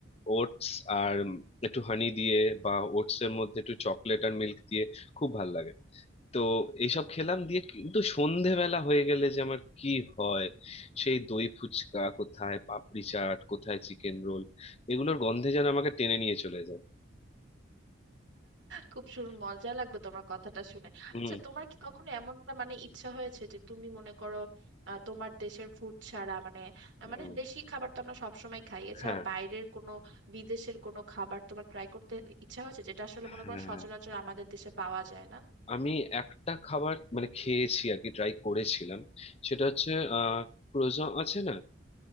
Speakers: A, on the left; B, on the right.
A: ওটস আর উম একটু হানি দিয়ে বা ওটস এর মধ্যে একটু চকলেট আর মিল্ক দিয়ে খুব ভালো লাগে তো এইসব খেলাম দিয়ে কিন্তু সন্ধেবেলা হয়ে গেলে যে আমার কি হয় সেই দই ফুচকা কোথায় পাপড়ি চাট কোথায় চিকেন রোল এগুলোর গন্ধে যেন আমাকে টেনে নিয়ে চলে যায়
B: খুব শুন মজা লাগলো তোমার কথাটা শুনে
A: হুম
B: আচ্ছা তোমার কি কখনো এমনটা মানে ইচ্ছা হয়েছে যে তুমি মনে করো আহ, তোমার দেশের ফুড ছাড়া মানে
A: হুম
B: মানে দেশি খাবার তো আমরা সবসময় খাই এছাড়া
A: হ্যাঁ
B: বাইরের কোনো বিদেশের কোনো খাবার তোমার ট্রাই করতে ইচ্ছা হয়েছে যেটা আসলে মনে
A: হ্যাঁ
B: করো সচরাচর আমাদের দেশে পাওয়া যায় না
A: আমি একটা খাবার মানে খেয়েছি আর কি ট্রাই করেছিলাম সেটা হচ্ছে আহ ক্রোজন আছে না